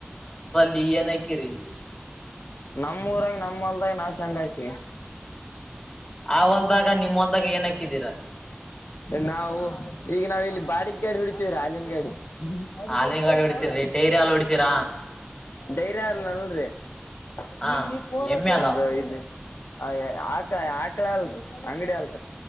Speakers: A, on the left; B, on the left.
A: ಲ್ಲಿಯನ ಕಿರಿ.
B: ನಮ್ಮೂಊರಾಗ ನಮ್ಮಲ್ದಾಗ ನಾ ಶಂಗ ಹಕ.
A: ಆ ಹೊಲ್ದಾಗ ನಿಮ್ ಹೊಲ್ದಾಗ ಏನ್ ಹಾಕಿದೀರಾ
B: ನಾವು ಈಗ ನಾವ ಇಲ್ಲಿ... ಬಾಡಗ್ ಗಾಡಿ ಹಡಿತೀವ ರ ಅಾಲನ್ ಗಾಡಿ ಅವನಗ
A: ಹಾಲಿನ
B: ರಿಪಸ್
A: ಗಾಡಿ ಹೊಡಿತೀರಿ
B: ಮಾಡೋ...
A: ಡೈರಿ ಹಾಲು ಹೊಡಿತೀರಾ
B: ಧೈರ್ಯ ಇಲ್ಲ ನಲ್ಲ...
A: ಹಾ
B: ಈ ಇ
A: ಎಮ್ಮೆ ಅಲ್ಲ
B: ಆ ಆಕಳ ಅಲ್ರಿ ಅಂಗಡಿ ಅಲ್ <inaudible>